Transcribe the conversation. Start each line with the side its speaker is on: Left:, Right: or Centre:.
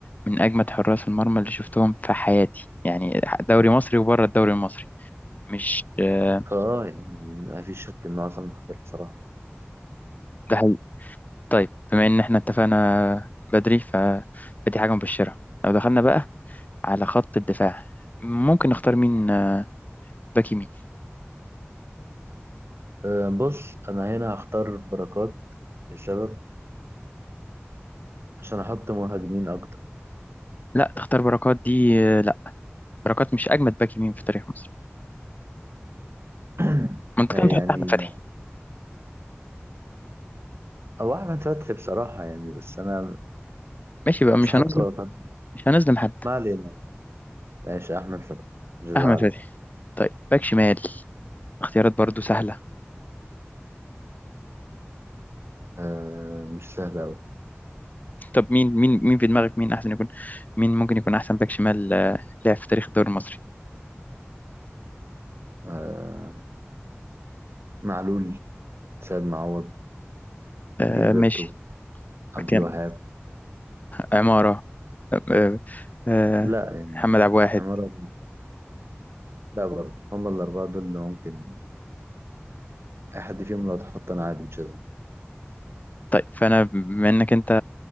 Left: من اجمد حراس المرمى اللي شفتهم في حياتي يعني دوري مصري وبره الدوري المصري مش آه،
Right: اه يعني ما فيش شك انه عصام حضري بصراحه
Left: ده حقيقي طيب بما ان احنا اتفقنا بدري ف... فدي حاجه مبشره لو دخلنا بقى على خط الدفاع ممكن نختار مين آه، باك يمين
Right: آه، بص انا هنا هختار بركات للشباب عشان احط مهاجمين اكتر
Left: لا تختار بركات دي لا بركات مش اجمد باك يمين في تاريخ مصر
Right: <clears throat>
Left: ما انت كنت
Right: آه، يعني
Left: تحط احمد فتحي
Right: او احمد فتحي بصراحه يعني بس انا
Left: ماشي بقى
Right: مش
Left: مش
Right: هحط
Left: هنظلم
Right: بركات
Left: مش هنظلم حد
Right: ما علينا ماشي أحمد فتحي مش زعل
Left: احمد فتحي طيب باك شمال اختيارات برضو سهله
Right: آه مش سهل أوي
Left: طب مين مين مين في دماغك مين احسن يكون مين ممكن يكون احسن باك شمال آه، لعب في تاريخ الدوري المصري
Right: آه معلول سيد معوض
Left: آه
Right: جilberto
Left: ماشي
Right: عبد
Left: كان
Right: الوهاب
Left: عماره آه آه آه،
Right: لا يعني
Left: محمد عبد الواحد
Right: عمرو لا برضه هم الأربعة دول اللي ممكن أي حد فيهم لو اتحط أنا عادي مش هزعل
Left: طيب فانا بما انك انت